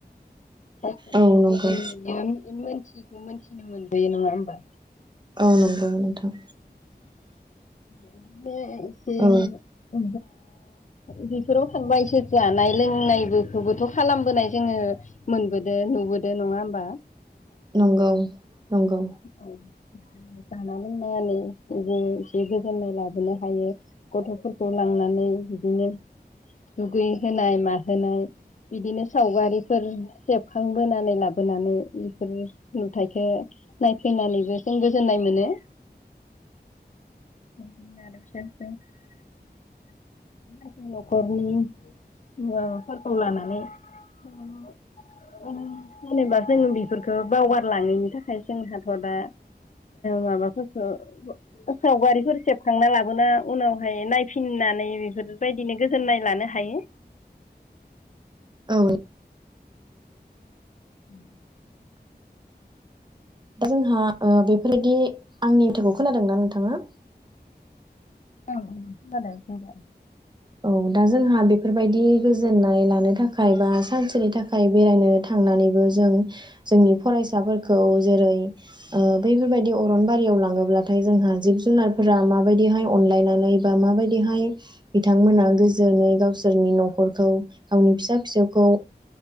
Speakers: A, on the left (about 45°); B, on the right (about 25°).
A: <unintelligible>
B: औ नंगौ
A: थि खो मोनथिनो मोनो बे नङा ओमबा
B: औ नंगौ नोंथां
A: <unintelligible> से
B: औ
A: <unintelligible> ओ बेफोराव थांबा इसोर जानाय लोंनायबोफोखोबोथ' खालामबोनाय जोङो मोनबोदो नुबोदो नङा होमबा
B: नंगौ नंगौ
A: औ जाना लोंनानै बो एसे गोजोननाय लाबोनो हायो गथ'फोरखौ लांनानै बिदिनो दुगैहोनाय माहोनाय बिदिनो सावगारिफोर सेबखांबोनानै लाबोनानै बेफोर नुथायखो नायफैनानैबो जों गोजोननाय मोनो <unintelligible> न'खरनि माबाफोरखौ लानानै <unintelligible> जेनेबा जो बेफोरखौ बावगारलाङैनि थाखाय जोंहाथ' दा माबाफोरखौ सावगारिफोर सेबखांना लाबोना उनावहाय नायफिननानै बेफोरबायदिनो गोजोननाय लानो हायो
B: औ
A: <inaudible>
B: दा जोंहा बेफोरबायदि आंनि माथोखौ खोनादों ना नोंथाङा
A: औ जाबाय जाबाय
B: औ दा जोंहा बे बेफोरबायदि गोजोननाय लानो थाखाय बा सानसे नि थाखाय बेरायनो थांनानैबो जों जोंनि फरायसाफोरखौ जेरै बैफोरबाय दि अरन बारियाव लाङोब्ला नाथाय जोंहा जिब जुनारफोरा माबायदिहाय अनलायनानै बा माबायदिहाय बिथांमोना गोजोनै गावसोरनि न'खरखौ गावनि फिसा फिसौखौ